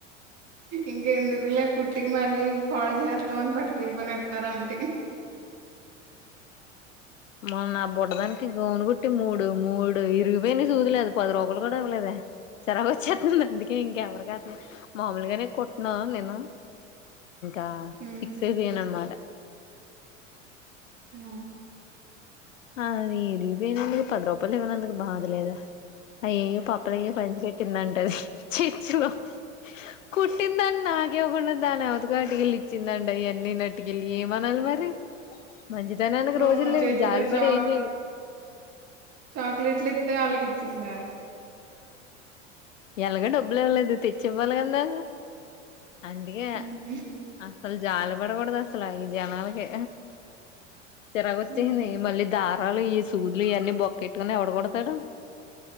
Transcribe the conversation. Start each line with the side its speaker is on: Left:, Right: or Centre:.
Right: ఇంక ఎందుకులే కుట్టికి మళ్ళీ పాడు చెత్తం అని పట్టు వెళ్ళిపోయినట్టున్నారా అంటే
Left: మ నా బుడదానికి గోనగుట్టి మూడు మూడు ఇరిగిపోయినా చూదులేదు పది రూపాయలు కూడా ఇవ్వలేద జరగా వచ్చేస్తుంది అందుకే ఇంకెవరికి అసలు మాములుగానే కొట్టినా నేను అా
Right: హ్మ్
Left: సిిక్సే బ ఏన అన్మాట
Right: అవును
Left: అది ఎడిగిపోయినందుకు పది రూపాయలు ఇవ్వనందుకు బాధలేదా అయ్యో పపల అయ్యో పంచి పెట్టిందండి చర్చిలో కుట్టిందడి నాకేవ్వకుండా దాని ఎవతగా అటుకెళ్ళి ఇచ్చిందండి అవివన్నీ నటుకెళ్ళి ఏమనాలి మరి మంచి తనానికి
Right: ఓహో
Left: రోజులు లేవు
Right: చర్చిలో
Left: జాలి బడి
Right: చాక్
Left: ఎం చెయ్
Right: చాక్లెట్లు ఇత్తే వాళ్ళకిచ్చేసి రా
Left: ఎలాగ డబ్బులు ఇవ్వలేదు తెచ్చి ఇవ్వాలి కదా అందుగే
Right: హ్మ్
Left: ఆ జాలిపడకూడదు అస్సలు ఈ జనాలకి సరే వచ్చి
Right: హ్మ్
Left: <inaudible> ఈదారాలు ఈ సూద్లు ఇవన్నీ బొక్కెట్టుకుని ఎవడు కొడతాడు